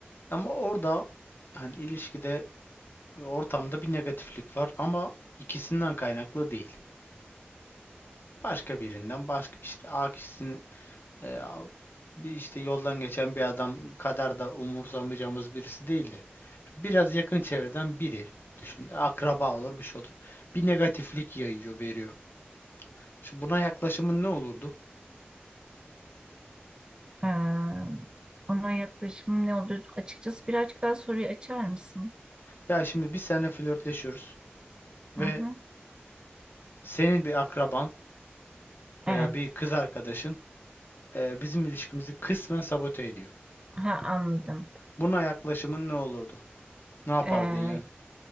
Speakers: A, on the left (about 60°); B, on the right (about 20°).
A: Ama orada hani ilişkide ortamda bir negatiflik var ama ikisinden kaynaklı değil. Başka birinden başka işte A kişisinin e, bir işte yoldan geçen bir adam kadar da umursamayacağımız birisi değildi. Biraz yakın çevreden biri düşün. Akraba olur bir şey olur. Bir negatiflik yayıyor veriyor. Şimdi buna yaklaşımın ne olurdu?
B: Ee, ona yaklaşımım ne olur? Açıkçası birazcık daha soruyu açar mısın?
A: Ya şimdi biz seninle flörtleşiyoruz ve
B: Hı hı.
A: senin bir akraban veya
B: Evet.
A: bir kız arkadaşın e, bizim ilişkimizi kısmen sabote ediyor.
B: Ha, anladım.
A: Buna yaklaşımın ne olurdu? Ne yapardın
B: Ee,
A: yani?